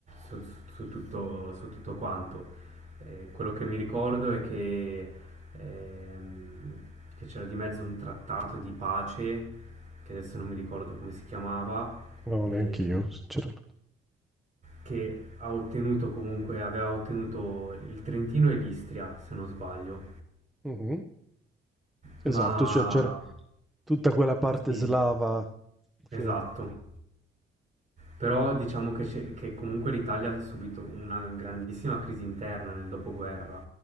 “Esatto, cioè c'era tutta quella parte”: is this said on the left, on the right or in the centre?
Centre